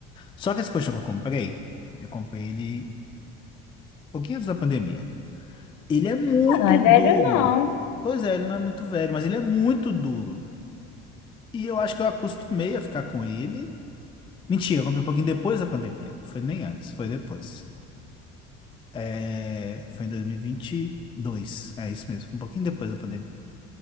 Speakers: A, on the left (about 15°); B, on the left (about 60°).
A: Só que esse colchão que eu comprei, eu comprei ele um pouquinho antes da pandemia. Ele é muito
B: Não é velho,
A: duro.
B: não.
A: Pois é, ele não é muito velho, mas ele é muito duro. E eu acho que eu acostumei a ficar com ele. Mentira, eu comprei um pouquinho depois da pandemia. Não foi nem antes, foi depois. É, Foi em dois mil e e vinte e dois É isso mesmo, foi um pouquinho depois da pandemia.